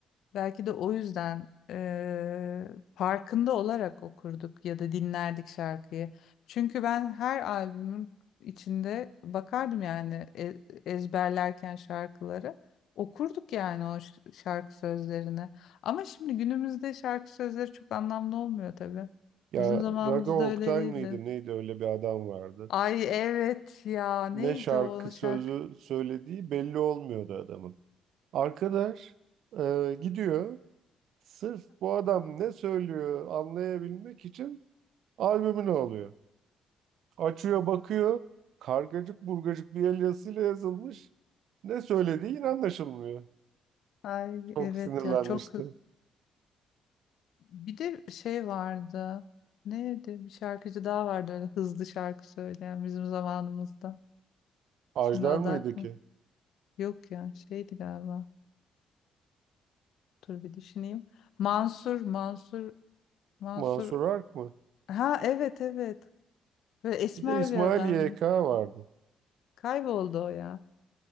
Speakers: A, on the left; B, on the right.
A: Belki de o yüzden eee, farkında olarak okurduk ya da dinlerdik şarkıyı. Çünkü ben her albümün içinde bakardım yani e- ezberlerken şarkıları. Okurduk yani o ş- şarkı sözlerini. Ama şimdi günümüzde şarkı sözleri çok anlamlı olmuyor tabii.
B: Ya
A: Bizim zamanımızda
B: Raga Oktay
A: öyle değildi.
B: mıydı neydi öyle bir adam vardı.
A: Ay evet ya neydi
B: ne şarkı
A: o
B: sözü
A: şarkı?
B: söylediği belli olmuyordu adamın. Arkadaş e, gidiyor sırf bu adam ne söylüyor anlayabilmek için albümünü alıyor. Açıyor bakıyor kargacık burgacık bir el yazısıyla yazılmış. Ne söylediği yine anlaşılmıyor.
A: Ay
B: Çok
A: evet
B: sinirlenmişti.
A: ya çok Bir de şey vardı. Neydi? Bir şarkıcı daha vardı öyle hızlı şarkı söyleyen bizim zamanımızda.
B: Ajdar
A: Şimdi adı
B: mıydı
A: aklı-
B: ki?
A: Yok ya şeydi galiba. Dur bir düşüneyim. Mansur, Mansur, Mansur.
B: Mansur Ark mı?
A: Ha evet evet. Böyle esmer
B: Bir de İsmail
A: bir adamdı.
B: YK vardı.
A: Kayboldu o ya.